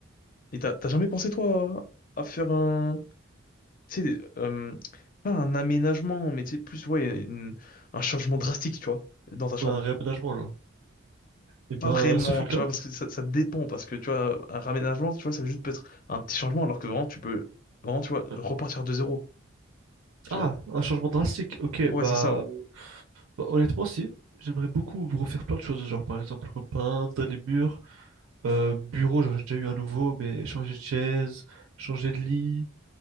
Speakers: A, on the left; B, on the right.
A: Et t'as t'as jamais pensé, toi, à, à faire un... Tu sais, euh, pas un aménagement, mais tu sais, plus, ouais, une- un changement drastique, tu vois, dans ta chambre.
B: Ou un réaménagement, genre. Et ben,
A: Pas vraiment,
B: ce fut le
A: tu
B: cas.
A: vois, parce que ça, ça dépend, parce que, tu vois, un raménagement, tu vois, ça juste peut être un petit changement, alors que vraiment, tu peux, vraiment, tu vois,
B: Ouais.
A: repartir de zéro, tu
B: Ah,
A: vois.
B: un changement drastique. Ok,
A: Ouais,
B: bah,
A: c'est ça, ouais.
B: Bah, honnêtement, si. J'aimerais beaucoup refaire plein de choses, genre par exemple repeindre les murs, euh, bureau, j'en ai déjà eu un nouveau, mais changer de chaise, changer de lit,